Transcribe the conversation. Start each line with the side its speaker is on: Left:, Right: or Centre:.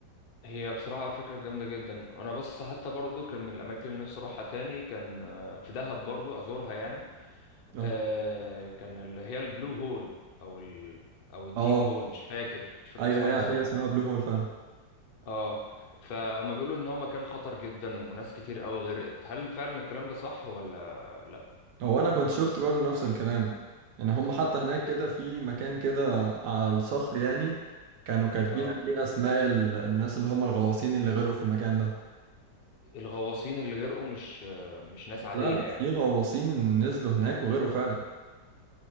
Left: هي بصراحة فكرة جامدة جدا وانا بس حتى برضو كان من الاماكن اللي نفسي اروحها تاني كان آه، في دهب برضو ازورها يعني
Right: أه
Left: آه، كان اللي هي البلو هول او ال او الديب
Right: أه
Left: هول مش فاكر مش فاكر
Right: أيوه
Left: اسمها
Right: هي
Left: بالظبط
Right: هي اسمها بلو هول فعلا
Left: اه فهم بيقولوا ان هو مكان خطر جدا وناس كتير قوي غرقت هل فعلا الكلام ده صح ولا لا
Right: هو أنا كنت شفت برضو نفس الكلام يعني هم حتى هناك كده في مكان كده على الصخر يعني كانوا كاتبين
Left: اه
Right: عليه أسماء ال- الناس اللي هم الغواصين اللي غرقوا في المكان ده
Left: الغواصين اللي جرقوا مش مش ناس عادية
Right: لا لا
Left: يعني
Right: في غواصين نزلوا هناك وغرقوا فعلا